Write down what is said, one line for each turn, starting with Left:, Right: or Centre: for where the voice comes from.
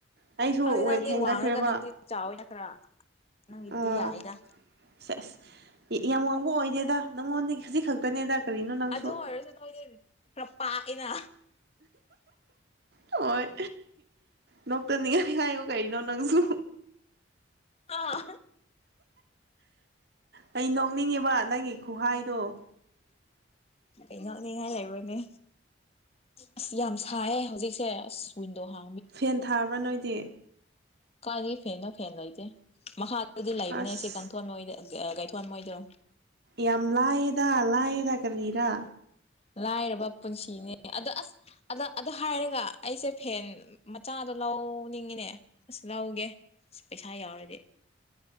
Right: ꯑꯩꯁꯨ
Left: ꯈꯪꯗꯦ
Right: ꯋꯦꯠ
Left: ꯅꯪꯗꯦ
Right: ꯍꯦꯟꯒꯠꯈ꯭ꯔꯦꯕ
Left: ꯋꯥꯡꯔꯒ ꯅꯪꯗꯤ ꯆꯥꯎꯋꯅ ꯑ ꯅꯪꯗꯌꯥ
Right: ꯑꯣ
Left: ꯍꯥꯏꯗ
Right: ꯁꯦ ꯑꯁ ꯌꯥꯝ ꯋꯥꯡꯕ ꯑꯣꯏꯗꯦꯗ ꯅꯪꯉꯣꯟꯗꯤ ꯍꯧꯖꯤꯛ ꯈꯛꯇꯅꯦꯗ ꯀꯔꯤꯅꯣ ꯅꯪꯁꯨ
Left: ꯑꯗ ꯍꯔꯖꯟꯗ ꯈꯔ ꯄꯥ ꯑꯩꯅ
Right: ꯍꯣꯏ ꯅꯇ ꯅꯤꯡꯉꯥꯏꯉꯥꯏꯉ ꯀꯔꯤꯅꯣ ꯅꯪꯁꯨ
Left: ꯑꯥ
Right: ꯑꯩ ꯅꯣꯛꯅꯤꯡꯉꯦꯕ ꯅꯪꯒꯤ ꯈꯨꯍꯥꯏꯗꯣ
Left: ꯏꯉꯣ ꯅꯤꯡꯉꯥꯏ ꯂꯩ ꯅꯦ ꯑꯁ ꯌꯥꯝ ꯁꯥꯏꯌꯦ ꯍꯧꯖꯤꯛ ꯀꯣ ꯍꯥ
Right: ꯐꯦꯟ ꯊꯥꯕ꯭ꯔꯥ ꯅꯣꯏꯗꯤ
Left: ꯀꯥꯏꯔꯤ ꯐꯦꯅ ꯐꯦꯟꯅ ꯂꯩꯇꯦ ꯃꯈꯥ ꯑꯗꯨꯗꯤ ꯂꯩꯕꯅꯦ
Right: ꯑꯁ
Left: ꯁꯤ ꯀꯥꯡꯊꯣꯟꯣꯏꯗ ꯀꯩꯊꯣꯟ ꯃꯣꯏꯗꯣ
Right: ꯌꯥꯝ ꯂꯑꯗ ꯂꯑꯗ ꯀꯗꯔ
Left: ꯂꯥꯏꯔꯕ ꯄꯨꯟꯁꯤꯅꯦ ꯑꯗ ꯑꯁ ꯑꯗ ꯑꯗ ꯍꯥꯏꯔꯒ ꯑꯩꯁꯦ ꯐꯦꯟ ꯃꯆꯥꯗꯣ ꯂꯧꯅꯤꯡꯉꯤꯅꯦ ꯑꯁ ꯂꯧꯒꯦ ꯑꯁ ꯄꯩꯁꯥ ꯌꯥꯎꯔꯗꯤ